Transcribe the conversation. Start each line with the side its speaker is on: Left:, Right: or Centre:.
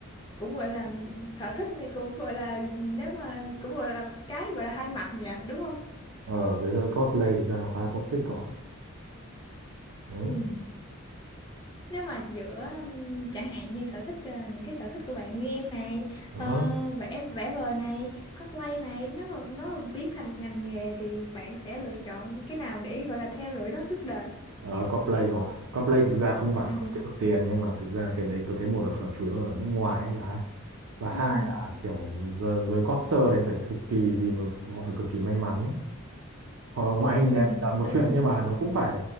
Left: cũng gọi là sở thích này cũng gọi là nếu mà cũng gọi là một cái gọi là hai mặt nhỉ đúng không
Right: ờ cái giới cosplay thực ra nó khá là toxic còn đấy
Left: ừ nếu mà giữa ừm, chẳng hạn như sở thích ờ, những cái sở thích của bạn game này
Right: ừ.
Left: ờ, vẽ vẽ vời này cosplay này nếu mà nó là biến thành một ngành nghề thì bạn sẽ lựa chọn cái nào để gọi là theo đuổi nó suốt đời
Right: Ờ, Coldplay cơ à? Coldplay thực ra không phải
Left: Ừ.
Right: không
Left: hử.
Right: kiếm được tiền nhưng mà thực ra cái đấy tôi thấy một là phần chủ yếu là ở nước ngoài ấy, và và
Left: Ừ.
Right: hai là kiểu giới, giới concert đấy phải cực kỳ vì mà họ phải cực kỳ may mắn ấy. Họ ngoại hình
Left: Ừ.
Right: đẹp là một
Left: Đúng
Right: chuyện
Left: rồi
Right: nhưng mà nó cũng phải